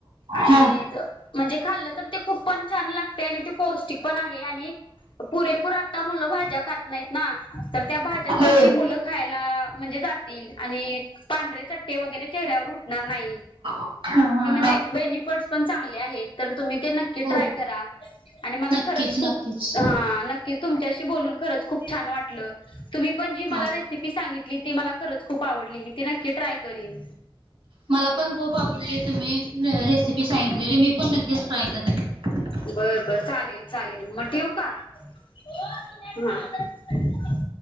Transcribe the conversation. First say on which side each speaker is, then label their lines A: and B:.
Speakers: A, on the left; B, on the right.
A: आणि,,
B: हा
A: म्हणजे खाल्लं तर ते खूप पण छान लागते. आणि ते पौष्टिक पण आहे आणिऽऽ पुरेपूर आता मुलं भाज्या खात नाहीत ना, तर त्या भाज्या
B: होय
A: पण ती मुलं. खायला, म्हणजे जातील आणि पांढे चट्टे वगैरे चेहऱ्यावर उठणार नाहीत.
B: हाऽ हऽ
A: बेनिफिटस पण चांगले आहेत, तर तुम्ही ते नक्की
B: हो
A: ट्राय करा. आणि मला
B: नक्कीच
A: खरंच खूप
B: नक्कीच
A: हा नक्कीच तुमच्याशी बोलून खरंच खूप छान वाटलं तुम्ही पण जी
B: हा
A: मला रेसिपी सांगितली ती मला खरंच खूप आवडली मी ती नक्की ट्राय करेन
B: मला पण खूप आवडली तुम्ही रेसिपी सांगितलेली मी पण नक्कीच ट्राय करेन
A: बर बर चालेल चालेल मट येेऊ का हा ह